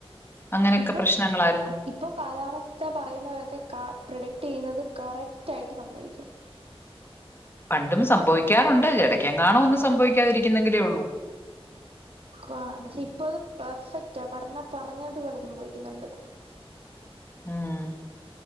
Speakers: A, on the left (about 20°); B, on the right (about 70°).
A: അങ്ങനെയൊക്കെ
B: ഇപ്പൊ
A: പ്രശ്നങ്ങളായിരുന്നു
B: ഇപ്പൊ കാലാവസ്ഥ പറയുന്നവരൊക്കെ കാ പ്രഡക്ട്യ്യുന്നത് കറക്റ്റായിട്ട് സംഭവിക്കാം.
A: പണ്ടും സംഭവിക്കാറുണ്ട് എടക്കങ്ങാണോ ഒന്നു സംഭവിക്കാതിരിക്കുന്നെങ്കിലേ ഉള്ളൂ.
B: ക്വാ പക്ഷെ ഇപ്പൊ അത് പെർഫെക്റ്റാ പറഞ്ഞ പറഞ്ഞതുപോലെ സംഭവിക്കുന്നുണ്ട്.
A: ഉം